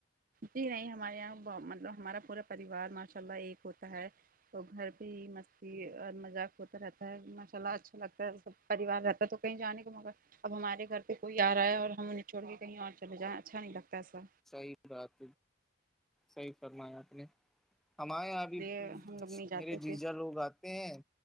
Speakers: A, on the right; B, in the centre.
A: جی نہیں ہمارے یہاں مطلب ہمارا پورا پریوار ماشاء اللہ ایک ہوتا ہے تو گھر پہ ہی مستی اور مذاق ہوتا رہتا ہے ماشاء اللہ اچھا لگتا ہے سب پریوار رہتا تو کہیں جانے کا مگر اب ہمارے گھر پہ کوئی آ رہا ہے اور ہم انہیں چوڑ کے کہیں اور چلے جائیں اچھا نہیں لگتا ایسا
B: صحیح بات صحیح فرمایاپ نے ہمارے یہاں
A: اس
B: ابھی
A: لیے ہم لوگ نہیں جاتے
B: میرے جیجا
A: تھے
B: لوگ آتے ہیں